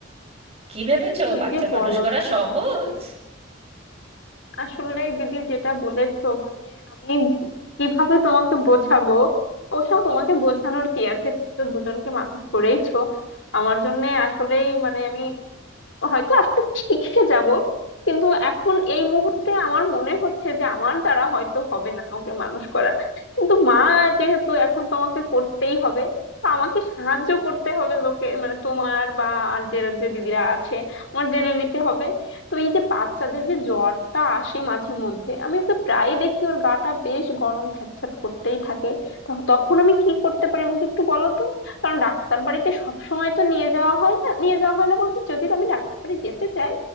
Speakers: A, on the right (about 30°); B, on the left (about 65°).
A: কি ভেবেছো
B: কি
A: বাচ্চা
B: যে বলো
A: মানুষ করা সহজ
B: আসলে দিদি যেটা বলেছো মানে আমি কিভাবে তোমাকে বোঝাবো ওসব তোমাকে বোঝানোর কি আছে তুমি তো দুজনকে মানুষ করেইছো আমার জন্য আসলেই মানে আমি হয়তো আস্তে শিখে যাব কিন্তু এখন এই মুহূর্তে আমার মনে হচ্ছে যে আমার দ্বারা হয়তো হবে না ওকে মানুষ করা কিন্তু মা যেহেতু এখন তোমাকে করতেই হবে তো আমাকে সাহায্য করতে হবে লোকে মানে তোমার বা আর যে যে দিদিরা আছে আমার জেনে নিতে হবে তো এই যে বাচ্চাদের যে জ্বরটা আসে মাঝে মধ্যে আমি ওকে প্রায়ই দেখি ওর গাটা বেশ গরম ছ্যাঁতছ্যাঁত করতেই থাকে তো তখন আমি কি করতে পারি আমাকে একটু বলো তো কারণ ডাক্তার বাড়িতে সব সময় তো নিয়ে যাওয়া হয় না নিয়ে যাওয়া হয় না বলতে যদি আমি ডাক্তার বাড়ি যেতে চাই